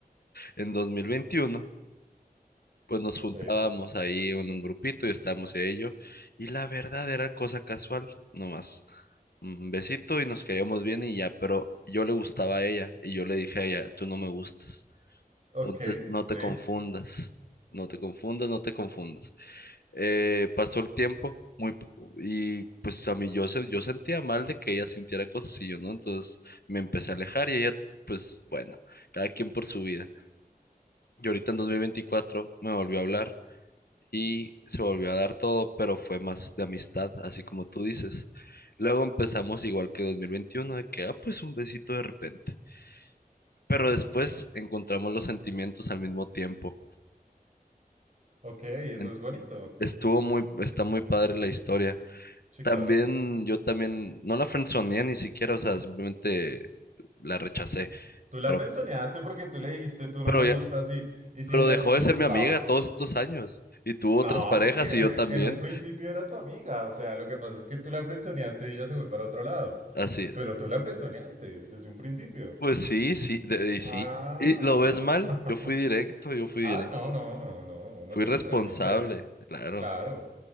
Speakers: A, on the left; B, on the right.
A: en 2021, pues nos juntábamos
B: ¿sí?
A: ahí en un grupito y estábamos en ello. Y la verdad era cosa casual, nomás. Un besito y nos caíamos bien y ya, pero yo le gustaba a ella y yo le dije a ella, tú no me gustas.
B: Ok,
A: Entonces no
B: sí.
A: te confundas, no te confundas, no te confundas. Eh, pasó el tiempo. Muy, p- y pues a mí yo, se- yo sentía mal de que ella sintiera cosas y yo no, entonces me empecé a alejar y ella, pues bueno, cada quien por su vida. Y ahorita en 2024 me volvió a hablar y se volvió a dar todo, pero fue más de amistad, así como tú dices. Luego empezamos igual que 2021, de que, ah, pues un besito de repente. Pero después encontramos los sentimientos al mismo tiempo.
B: Ok, eso
A: En-
B: es bonito.
A: Estuvo muy, está muy padre la historia.
B: Sí,
A: También,
B: claro.
A: yo también, no la friendzoneé ni siquiera, o sea, simplemente la rechacé.
B: Tú la
A: Pero,
B: frenzoneaste porque tú le dijiste tú
A: pero
B: no me gustas
A: ya,
B: y, y si
A: pero
B: ella
A: dejó
B: tú
A: de
B: le
A: ser
B: gustabas.
A: mi amiga todos estos años. Y tuvo
B: No,
A: otras parejas
B: porque en,
A: y
B: e-
A: yo también.
B: en un principio era tu amiga. O sea, lo que pasa es que tú la frenzoneaste y ella se fue para otro lado.
A: Así es.
B: Pero tú la frenzoneaste desde un principio.
A: Pues sí, sí, de- y
B: Ah.
A: sí. ¿Y lo ves mal?
B: <laughs>
A: Yo fui directo, yo fui
B: Ah,
A: directo.
B: no, no, no. Uno
A: Fui
B: tiene
A: responsable,
B: que ser sincero.
A: claro.
B: Claro.